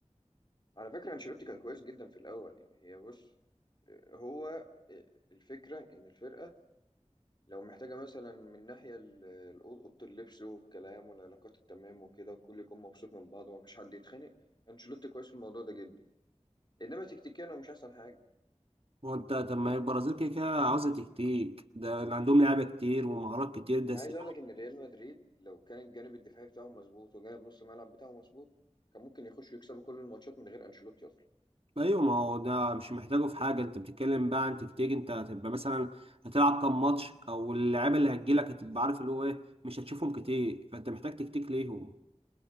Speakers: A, on the left (about 40°); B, on the right (about 55°).
A: على فكره انشيلوتي كان كويس جدا في الاول يعني هي بص هو الفكره ان الفرقه لو محتاجه مثلا من ناحيه ال- ال- اوضه اللبس والكلام والعلاقات التمام وكده والكل يكون مبسوط من بعض ومفيش حد يتخانق انشيلوتي كويس في الموضوع ده جدا انما تكتيكيا هو مش احسن حاجه
B: هو أنت طب ما هي البرازيل كده كده عاوزة تكتيك ده اللي عندهم لعيبة كتير ومهارات كتير ده
A: انا
B: س...
A: عايز اقول لك ان ريال مدريد لو كان الجانب الدفاعي بتاعه مظبوط وجانب نص الملعب بتاعه مظبوط كان ممكن يخشوا يكسبوا كل الماتشات من غير انشيلوتي اصلا
B: أيوة ما هو ده مش محتاجه في حاجة أنت بتتكلم بقى عن تكتيك أنت هتبقى مثلا هتلعب كام ماتش أو اللعيبة اللي هتجيلك هتبقى عارف اللي هو إيه مش هتشوفهم كتير فأنت محتاج تكتيك ليهم